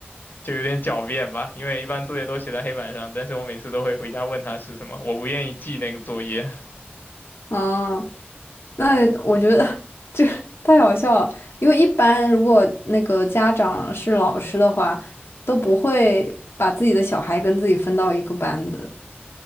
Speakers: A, on the left (about 50°); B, on the left (about 85°).
A: 就有点狡辩吧。因为一般作业都写在黑板上，但是我每次都会回家问他是什么，我不愿意记那个作业。<laughs>
B: 嗯，那我觉得 <laughs> 这个太好笑了，因为一般如果那个家长是老师的话，都不会把自己的小孩跟自己分到一个班的。